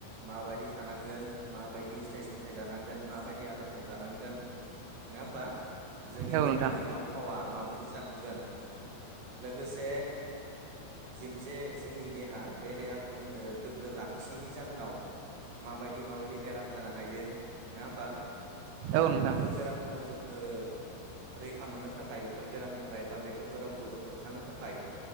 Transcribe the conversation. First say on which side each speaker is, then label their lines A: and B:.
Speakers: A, on the right; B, on the right.
A: माबादि थानांगोन माबायदि फिथाइ सामथाइ जानांगोन माबायदि आदारखौ जानांगोन नोङा होमबा? जोंनि
B: औ
A: देहानि
B: नोंथां
A: आव फावा माबायदि जालांगोन लोगोसे जि मोनसेे जोंनि देहा बे देहाखौ जोङो गोग्गो लाखियिनि जाहोनाव माबायदि माबायदि बेराम जानो हायो नोङा होमबा?
B: औ
A: आरो
B: नोंथां
A: बेफोर बेरामफोरखौ जोङो रैखा मोननो थाखाय बेफोर बेरामनिफ्राय बा बेफोर बेरामखौ जों होबथानो थाखाय